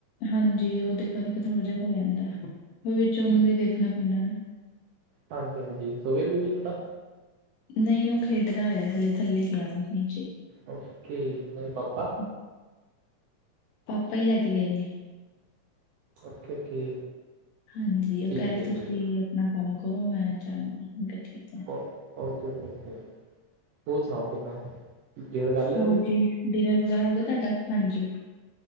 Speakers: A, on the left; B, on the right.
A: ਹਾਂਜੀ। ਉਹਦੇ ਕਰਕੇ ਥੋੜਾ ਜਿਹਾ ਹੋ ਜਾਂਦਾ। ਉਹ ਵਿੱਚ ਉਹਨੂੰ ਵੀ ਦੇਖਣਾ ਪੈਂਦਾ ਨਾ।
B: ਹਾਂਜੀ-ਹਾਂਜੀ, <unintelligible> ਸੋਵੇ ਵੀ ਤੁਹਾਡਾ।
A: ਨਹੀਂ, ਉਹ ਖੇਡਦਾ ਹੋਇਆ, ਹਲੇ ਥੱਲੇ ਗਿਆ। ਉਹ ਨ
B: ਓਕੇ। ਉਹ ਦੇ ਪਾਪਾ,
A: <inaudible> ਪਾਪਾ ਹੀ ਲੈ ਕੇ ਗਏ ਨੇ।
B: Okay, okay.
A: ਹਾਂਜੀ। ਉਹ
B: ਠੀਕ
A: ਕਹਿ ਰਹੇ,
B: ਹੈ
A: ਤੁਸੀਂ
B: ਜੀ
A: ਆਪਣਾ ਕੰਮ ਕਰੋ ਮੈਂ ਜਾਂਦੀ ਕਿਹਾ ਠੀਕ ਹੈ।
B: ਓ ਓਕੇ- ਓਕੇ- ਓਕੇ, ਹੋਰ ਸੁਣਾਓ ਕਿੱਦਾਂ? ਡੇਢ ਕਰ ਲਿਆ
A: ਹੋਰ ਜੀ, ਡਿਨਰ ਵਗੈਰਾ ਹੋ ਗਿਆ, ਤੁਹਾਡਾ ਹਾਂਜੀ।